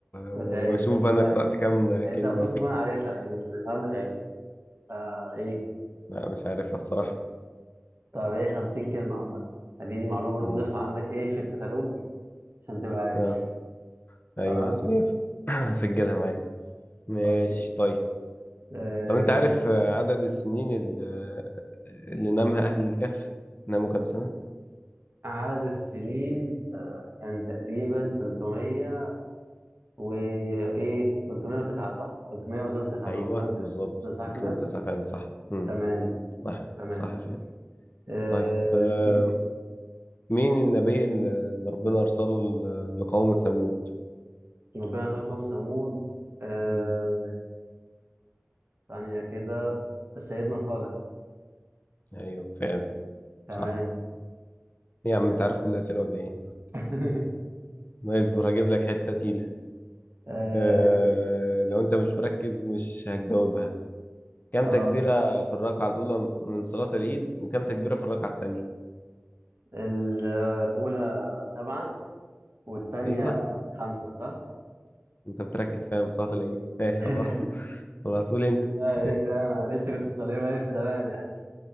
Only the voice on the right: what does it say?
بتعد
لا
انت
المفروض
تكون عارفها لكن مهما تعد آه ايه
طب هي 50 كلمة عامة دي معلومة برضه
ضيفها عندك ايه في الكتالوج عشان تبقى عارف
تمام
اوكي
آه
عدد السنين آه كان تقريبا 300 وايه 309 صح 300 وزادوا 9
انا ممكن
صح
كده
تمام
تمام
آه
ربنا شاء قوم ثمود آه
ثانية كده سيدنا صالح
تمام
تمام
<laughs>
آه
ماشي.
اه
ال- الأولى سبعة والتانية
خمسة صح؟
<laughs>
لا لقيت بقى أنا لسه كنت صغير واقف تمام يعني